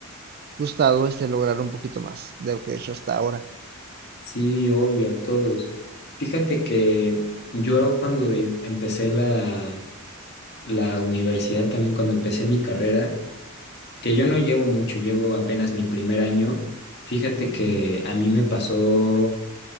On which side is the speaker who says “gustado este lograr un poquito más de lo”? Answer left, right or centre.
Right